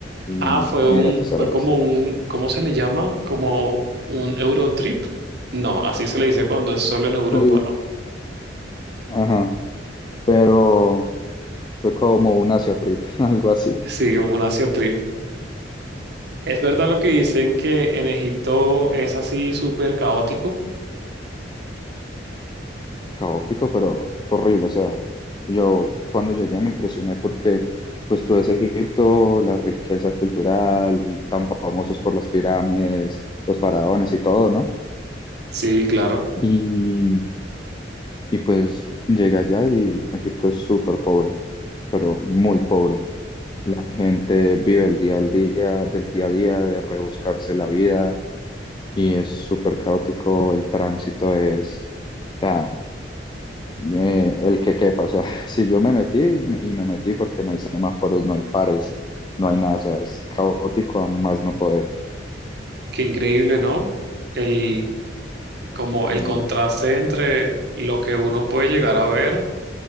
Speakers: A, on the left; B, on the right.
A: y
B: Ah, fue
A: Emiratos
B: un,
A: Árabes.
B: fue como un, ¿cómo se le llama? Como un Eurotrip. No, así se le dice cuando es solo en Europa,
A: Sí,
B: ¿no?
A: ajá, pero... Fue como un Asia trip, <laughs> algo así.
B: Sí, como un Asia Trip. ¿Es verdad lo que dicen que en Egipto es así súper caótico?
A: Caótico, pero horrible. O sea, yo cuando llegué me impresioné porque pues todo ese Egipto, la riqueza cultural, tan famosos por las pirámides, los faraones y todo, ¿no?
B: Sí, claro.
A: Y, y pues llegué allá y Egipto es súper pobre, pero muy pobre. La gente vive el día al día, del día a día, de rebuscarse la vida y es súper caótico. El tránsito es... sea, eh, el que quepa. O sea, <laughs> si yo me metí me- y me metí porque no hay semáforos, no hay pares, no hay nada. O sea, es caótico a más no poder.
B: Qué increíble, ¿no? El, como
A: Y,
B: el contraste entre lo que uno puede llegar a ver